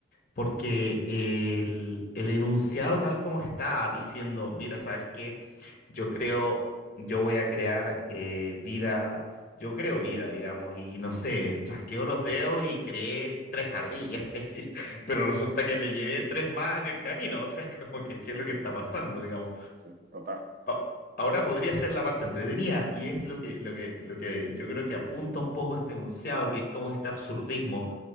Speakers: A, on the left; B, on the right.
A: Porque el, el enunciado tal como está diciendo, mira, ¿sabes qué? Yo creo, yo voy a crear eh, vida, yo creo vida, digamos, y no sé, chasqueo los dedos y creé tres ardillas, <laughs> pero resulta que me llevé tres más en el camino, o sea, <laughs> como que,
B: Sí,
A: ¿qué es lo que está pasando, digamos?
B: sí, total.
A: A- Ahora podría ser la parte entretenida y es lo que, lo que, lo que yo creo que apunta un poco este enunciado, que es como este absurdismo